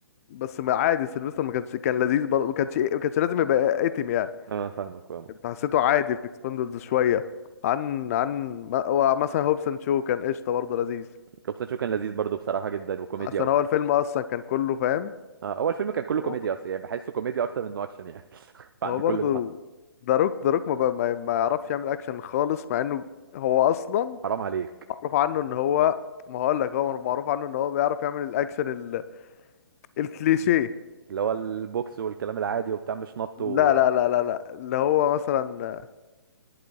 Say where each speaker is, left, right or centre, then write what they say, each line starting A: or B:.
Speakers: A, on the left (about 35°); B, on the right (about 60°).
A: بس ما عادي سيلفستر ما كانش كان لذيذ برضه ما كانش ما كانش لازم يبقى اتم يعني
B: اه فاهمك فاهمك
A: كنت حسيته عادي في اكسبندبلز شويه عن عن ما- هو مثلا هوبسون شو كان قشطه برضه لذيذ
B: جوبسون شو كان لذيذ برضو بصراحه جدا وكوميديا
A: عشان
B: وبتاع
A: هو الفيلم اصلا كان كله فاهم
B: آه اول فيلم كان كله
A: هو
B: كوميديا اصلا يعني بحسه كوميديا اكتر منه اكشن يعني <laughs> بعد
A: هو
B: كل
A: برضه
B: اللي حصل
A: ذا روك ذا روك ما, بقى- ما ما يعرفش يعمل اكشن خالص مع انه هو اصلا
B: حرام عليك
A: معروف عنه ان هو ما هقول لك هو معروف عنه ان هو بيعرف يعمل الاكشن ال... الكليشيه
B: اللي هو البوكس والكلام العادي وبتاع مش نط و...
A: لا لا لا لا لا اللي هو مثلا